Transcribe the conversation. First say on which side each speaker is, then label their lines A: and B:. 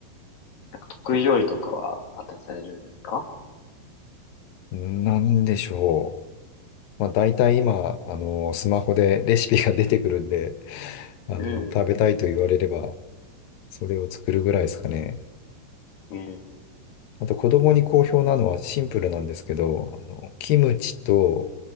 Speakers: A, on the left; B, on the left.
A: なんか得意料理とかはあったりされるんですか
B: なんでしょう。まあ、大体今、あの、スマホでレシピが出てくるんで、あの、
A: うん、
B: 食べたいと言われれば、それを作るぐらいですかね。
A: うん、
B: あと、子供に好評なのはシンプルなんですけど、あの、キムチと